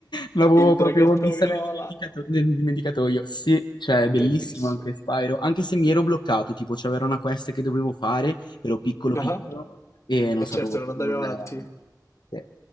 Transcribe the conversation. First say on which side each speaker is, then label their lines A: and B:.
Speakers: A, on the left; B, on the left.
A: l'avevo
B: il draghetto
A: proprio messa
B: viola,
A: nel dimenticato- nel dimenticatoio. Sì, cioè, è bellissimo
B: bellissimo.
A: anche Spyro, anche se mi ero bloccato, tipo c'era una quest che dovevo fare, ero piccolo
B: Ah,
A: piccolo e non
B: e
A: sapevo
B: certo,
A: più
B: non andavi
A: come andare
B: avanti.
A: avanti. Sì.